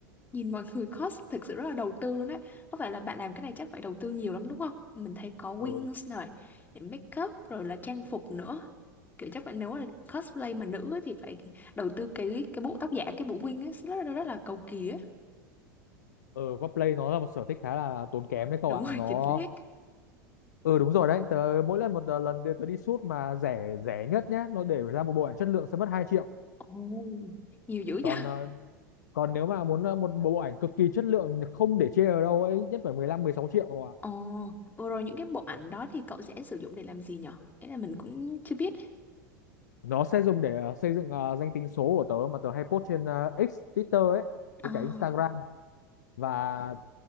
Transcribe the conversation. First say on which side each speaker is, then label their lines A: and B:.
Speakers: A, on the left (about 20°); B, on the left (about 65°).
A: Nhìn mọi người cos thực sự rất là đầu tư luôn đấy. Có phải là bạn làm cái này chắc phải đầu tư nhiều lắm đúng không? Mình thấy có wings
B: ở
A: này, make up rồi là trang phục nữa. Kiểu chắc phải nếu là cosplay mà nữ ấy, thì phải đầu tư cái cái bộ tóc giả, cái bộ wing ấy rất là, rất là cầu kỳ ấy.
B: ở Cosplay nó là một sở thích khá là tốn kém
A: <laughs>
B: đấy cậu
A: Đúng
B: ạ
A: rồi,
B: nó
A: chính xác.
B: ừ đúng rồi đấy tớ mỗi lần một ờ, lần đi- tớ đi shoot mà rẻ rẻ nhất nhá nó để ra một bộ ảnh chất lượng sẽ mất hai triệu
A: Ồ, nhiều dữ
B: còn
A: vậy
B: ờ, còn nếu mà muốn ờ, một bộ ảnh cực kỳ chất lượng không để chê ở đâu ấy nhất phải mười lăm mười sáu triệu
A: Ồ, vừa rồi những cái bộ ảnh đó thì cậu sẽ sử dụng để làm gì nhở? Ý là mình cũng chưa biết.
B: nó sẽ dùng để ờ, xây dựng ờ, danh tính số của tớ mà tớ hay post trên ờ, X, Twitter ấy với
A: À.
B: cả Instagram và